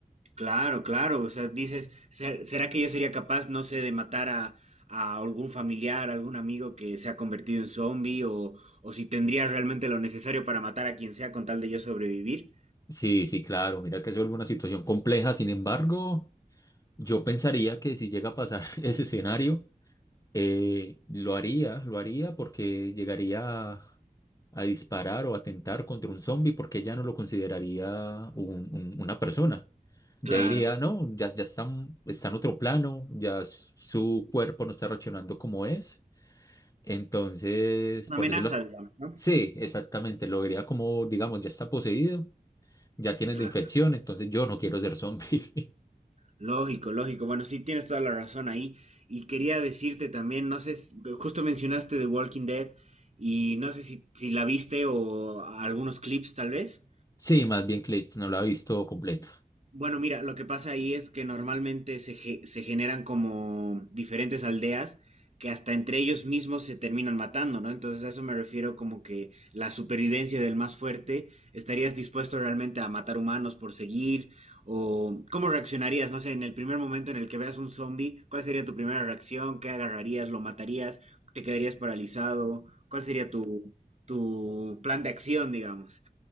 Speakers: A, on the right; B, on the left.
A: Claro, claro, o sea, dices, "¿Ser- ¿será que yo sería capaz, no sé, de matar a, a algún familiar, algún amigo que se ha convertido en zombie o, o si tendría realmente lo necesario para matar a quien sea con tal de yo sobrevivir?
B: Sí, sí, claro, mira que es una situación compleja, sin embargo, yo pensaría que si llega a pasar <laughs> ese escenario, Eh, lo haría, lo haría porque llegaría a, a disparar o atentar contra un zombie porque ya no lo consideraría un- un- una persona. Ya
A: Claro,
B: diría, no, ya, ya están, está en otro plano, ya s- su cuerpo no está reaccionando como es. Entonces,
A: una
B: por
A: amenaza,
B: decirlo así,
A: digamos, ¿no?
B: sí, exactamente, lo vería como, digamos, ya está poseído, ya tienes
A: Claro,
B: la infección, entonces yo no quiero ser zombie. <laughs>
A: lógico, lógico. Bueno, sí, tienes toda la razón ahí. Y quería decirte también, no sé, si- justo mencionaste The Walking Dead y no sé si, si la viste o algunos clips tal vez.
B: Sí, más bien Clits no lo ha visto completo.
A: Bueno, mira, lo que pasa ahí es que normalmente se, ge- se generan como diferentes aldeas que hasta entre ellos mismos se terminan matando, ¿no? Entonces a eso me refiero como que la supervivencia del más fuerte, ¿estarías dispuesto realmente a matar humanos por seguir? ¿O cómo reaccionarías? No sé, en el primer momento en el que veas un zombie, ¿cuál sería tu primera reacción? ¿Qué agarrarías? ¿Lo matarías? ¿Te quedarías paralizado? ¿Cuál sería tu, tu plan de acción, digamos?